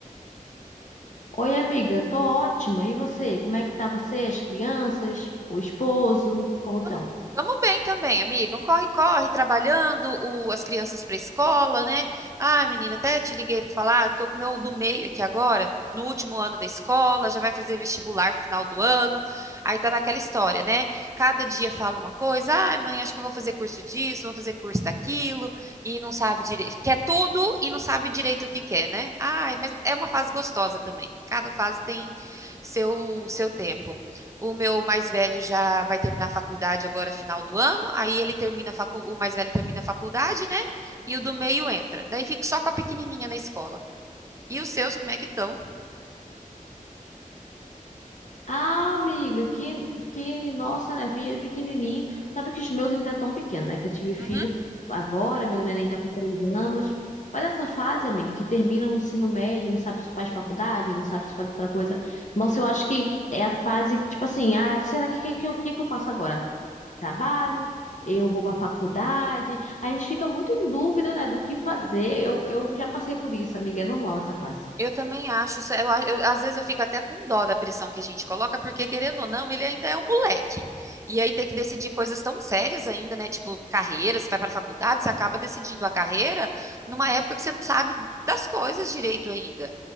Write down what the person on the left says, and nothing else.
Oi, amiga, tô ótima. E você? Como é que tá você, as crianças, o esposo? Como estão?
Ah, amiga, que, que nossa, né, filho, ele pequenininho. Sabe que os meus ainda estão pequenos, né? Que eu tive filho
agora, meu neném tá com três anos. Mas essa fase, amiga, que termina o ensino médio, não sabe se faz faculdade, não sabe se faz outra coisa. Nossa, eu acho que é a fase que, tipo assim, ah, será que que- que- o que, que eu faço agora? trabalho, eu vou para a faculdade. A gente fica muito em dúvida, né, do que fazer. Eu, eu já passei por isso, amiga, é normal essa fase.